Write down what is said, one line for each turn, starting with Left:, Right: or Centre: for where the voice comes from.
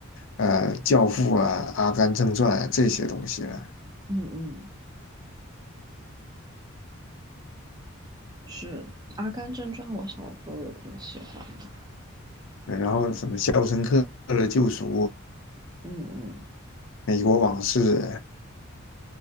Left: 呃，《教父》啊，《阿甘正传》啊，这些东西了。
Right: 嗯嗯，是《阿甘正传》，我小时候也挺喜欢的。
Left: 对然后什么《肖申克的救赎》
Right: 嗯嗯，
Left: 《美国往事》，